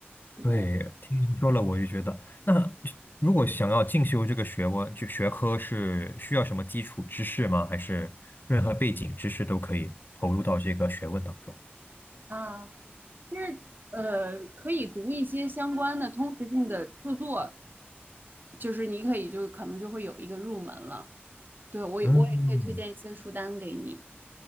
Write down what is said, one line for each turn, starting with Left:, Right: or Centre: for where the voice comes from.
Right: 对。
Left: 对，听您说了，我就觉得，那如果想要进修这个学问，就学科是需要什么基础知识吗？还是任何背景知识都可以投入到这个学问当中？
Right: 啊，就是呃，可以读一些相关的通识性的著作，就是你可以就可能就会有一个入门了。对，我也我也可以推荐一些书单给你。
Left: 嗯，